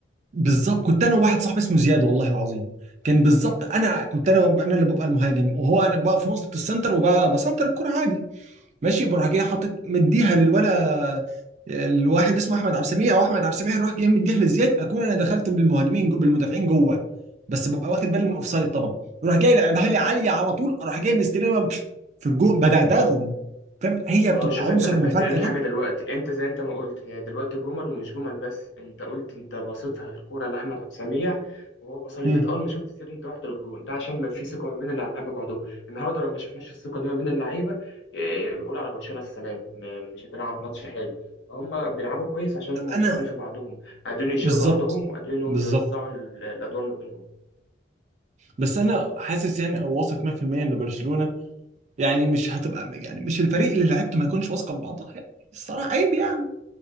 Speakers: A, on the right (about 40°); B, on the left (about 85°).
A: بالظبط كنت انا وواحد صاحبي اسمه زياد والله العظيم كان بالظبط انا كنت انا انا اللي ببقى المهاجم وهو انا بقى في نقطه السنتر وبقى بسنتر الكره عادي ماشي بروح جاي حاطط مديها للولا الواحد اسمه احمد عبد السميع او احمد عبد السميع يروح جاي مديها لزياد اكون انا دخلت بالمهاجمين بالمدافعين جوه بس ببقى واخد بالي من الاوفسايد طبعا يروح جاي لعبها لي عاليه على طول اروح جاي مستلمها في الجو بدغدغهم فاهم هي
B: اه
A: بتبقى
B: شوف
A: عنصر
B: انت نبهت
A: المفاجاه
B: لي الحاجة
A: ده
B: دلوقتي انت زي انت ما قلت هي دلوقتي جمل ومش جمل بس انت قلت انت باصتها الكورة لأحمد عبد السميع وهو باصها لزيد
A: مم.
B: اول ما شفت زيد انت رحت للجون ده عشان ما في ثقة ما بين اللعيبة بعضهم النهارده لو ما شفناش الثقة دي ما بين اللعيبة اه، بنقول على برشلونة السلام م- مش هتلعب ماتش حلو فهم بيلعبوا كويس عشان هم واثقين
A: انا
B: في بعضهم قادرين يشيلوا
A: بالظبط
B: بعضهم وقادرين ان هم
A: بالظبط
B: يوزعوا ال- الادوار ما بينهم
A: بس انا حاسس يعني او واثق 100% ان برشلونه يعني مش هتبقى يعني مش الفريق اللي لعيبته ما يكونش واثقه في بعضها يعني الصراحه عيب يعني